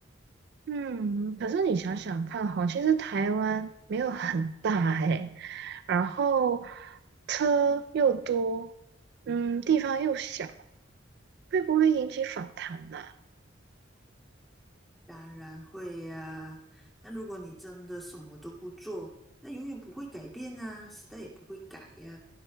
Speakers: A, on the right (about 60°); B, in the centre.
A: 嗯，可是你想想看哈，其实台湾没有很大诶，然后车又多，嗯，地方又小，会不会引起反弹呢、
B: 当然会呀、那如果你真的什么都不做，那永远不会改变啊，时代也不会改呀、